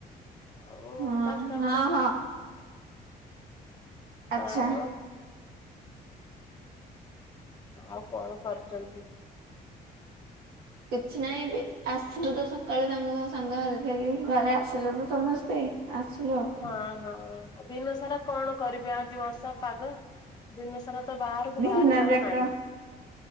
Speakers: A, on the left; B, on the right.
A: ଆଉ
B: ହଁ
A: ଦଶଟା
B: ହଁ
A: ବେଳେ
B: ହଁ ଆଚ୍ଛା।
A: ଆଉ ଆଉ କଣ କରୁଛନ୍ତି?
B: କିଛି ନାହିଁ ଆସିଲୁ ତ ସକାଳୁ ତାଙ୍କ ସାଙ୍ଗ ଘରେଥିଲି ଘରେ ଆସିଲୁ ତ ସମସ୍ତେ ଆସିଲୁ ଆଉ।
A: ହଁ ହଁ ଦିନ ସାରା କଣ କରିବି ଆଉଜି ବର୍ଷା ପାଗ ଦିନ ସାରା ତ ବାହାରକୁ
B: ଦିନ
A: ବାହାରିବାର
B: ଯାକ
A: ନାହିଁ।